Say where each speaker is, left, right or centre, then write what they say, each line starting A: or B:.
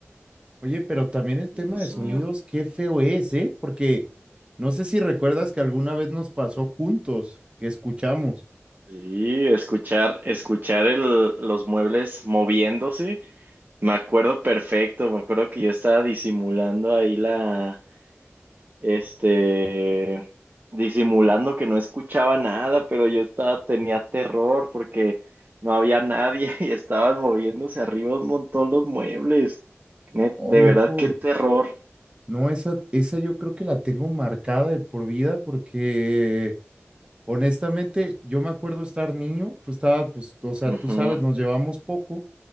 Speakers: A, on the right; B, on the right.
A: Oye, pero también el
B: Dios
A: tema de sonidos,
B: mío.
A: qué feo es, ¿eh? Porque no sé si recuerdas que alguna vez nos pasó juntos, que escuchamos.
B: Sí, escuchar, escuchar el- los muebles moviéndose. Me acuerdo perfecto, me acuerdo que yo estaba disimulando ahí la. este, disimulando que no escuchaba nada, pero yo estaba, tenía terror porque no había nadie <laughs> y estaban moviéndose arriba un montón los muebles. Ne-
A: Oh,
B: De
A: viejo,
B: verdad, qué terror.
A: no, esa, esa yo creo que la tengo marcada de por vida porque... Honestamente, yo me acuerdo estar niño, tú estabas, pues, o sea,
B: Ujú,
A: tú sabes, nos llevamos poco,